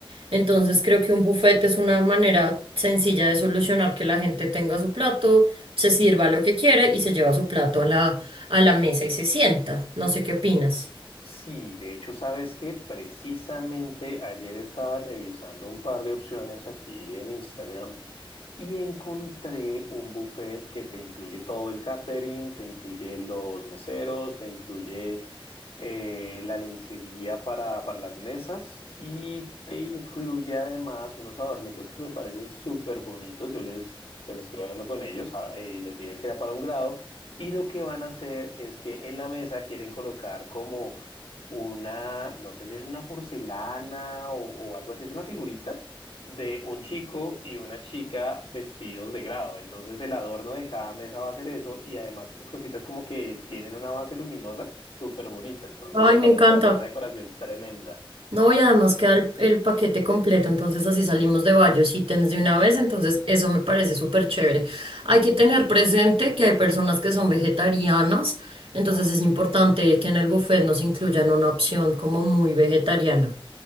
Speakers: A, on the right; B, on the left.
A: Entonces creo que un buffet es una manera sencilla de solucionar que la gente tenga su plato, se sirva lo que quiere y se lleva su plato a la, a la mesa y se sienta. No sé qué opinas.
B: Sí, de hecho, sabes que precisamente ayer estaba revisando un par de opciones aquí en Instagram y encontré un buffet que te incluye todo el catering, te incluye los meseros, te incluye eh, la lencería para, para las mesas y te incluye además unos adornitos que me parecen súper bonitos. Yo les, pues estuve hablando con ellos ah, y les dije que era para un grado y lo que van a hacer es que en la mesa quieren colocar como una, no sé si es una porcelana o, o algo así, es una figurita de un chico y una chica vestidos de grado. Entonces el adorno de cada mesa va a ser eso y además esas cositas como que tienen una base luminosa súper bonita. Entonces
A: Ay,
B: me
A: me
B: parece
A: encanta.
B: que va a ser una decoración tremenda.
A: No, y además queda el, el paquete completo, entonces así salimos de varios ítems de una vez, entonces eso me parece súper chévere. Hay que tener presente que hay personas que son vegetarianas, entonces es importante que en el buffet nos incluyan una opción como muy vegetariana.